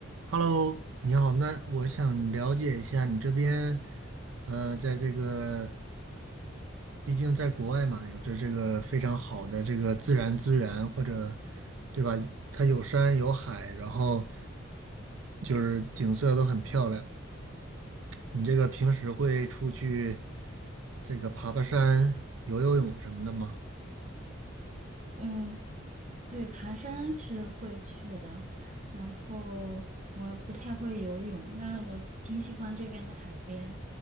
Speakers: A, on the right (about 80°); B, on the right (about 35°).
A: Hello，你好，那我想了解一下你这边，呃，在这个，毕竟在国外嘛，有着这个非常好的这个自然资源，或者，对吧？它有山有海，然后就是景色都很漂亮。你这个平时会出去这个爬爬山、游游泳什么的吗？
B: 嗯，对，爬山是会去的，然后我不太会游泳，但我挺喜欢这边的海边，